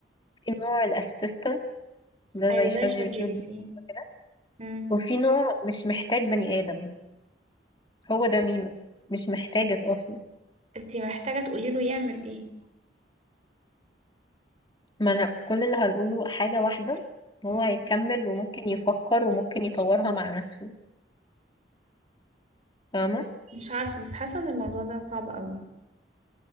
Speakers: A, on the left (about 25°); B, on the right (about 40°).
A: في نوع الأسيستنت ده
B: ايوه
A: زي شات
B: زي شات
A: جي بي
B: جي
A: تي والديب
B: بي تي
A: سيك كده
B: مم.
A: وفي نوع مش محتاج بني آدم هو ده مينوس مش محتاجك أصلا
B: انتي محتاجة تقولي له يعمل ايه
A: ما أنا كل اللي هنقوله حاجة واحدة هو
B: مم.
A: هيكمل وممكن يفكر وممكن يطورها مع نفسه فاهمة؟
B: مش عارفة بس حاسة ان الموضوع ده صعب قوي